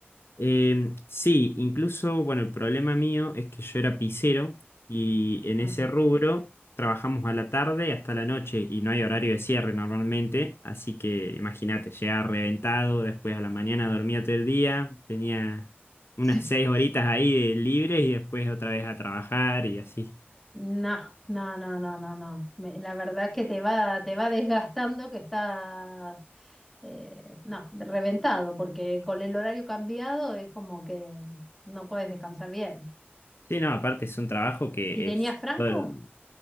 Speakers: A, on the left (about 70°); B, in the centre.
A: Em, sí, incluso, bueno, el problema mío es que yo era pisero y en
B: Ah,
A: ese rubro trabajamos a la tarde hasta la noche y no hay horario de cierre normalmente, así que imagínate, llegaba reventado, después a la mañana dormía todo el día, tenía unas
B: Sí.
A: seis horitas ahí de libres y después otra vez a trabajar y así.
B: No, no, no, no, no, no. Me- la verdad que te va, te va desgastando que estás, eh, no, reventado, porque con el horario cambiado es como que no puedes descansar bien.
A: Sí, no, aparte es un trabajo que
B: ¿Y tenías
A: es
B: franco?
A: bueno,